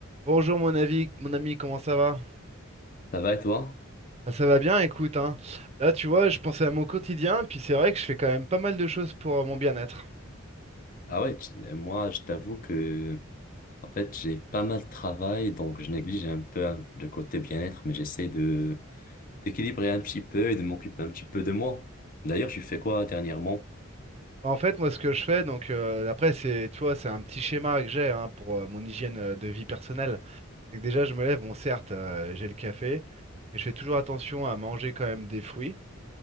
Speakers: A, on the right (about 30°); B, on the left (about 40°).
A: Bonjour mon ami, mon ami, comment ça va?
B: Ça va et toi?
A: Ah, ça va bien, écoute, hein. Là, tu vois, je pensais à mon quotidien, puis c'est vrai que je fais quand même pas mal de choses pour euh, mon bien-être.
B: Ah ouais, tu- moi je t'avoue que en fait j'ai pas mal de travail donc je néglige un peu hein, le côté bien-être mais j'essaie de d'équilibrer un petit peu et de m'occuper un petit peu de moi. D'ailleurs, tu fais quoi dernièrement?
A: En fait, moi, ce que je fais, donc euh, après, c'est, tu vois, c'est un petit schéma que j'ai hein, pour euh, mon hygiène euh, de vie personnelle. C'est que déjà, je me lève, bon, certes, euh, j'ai le café, mais je fais toujours attention à manger quand même des fruits.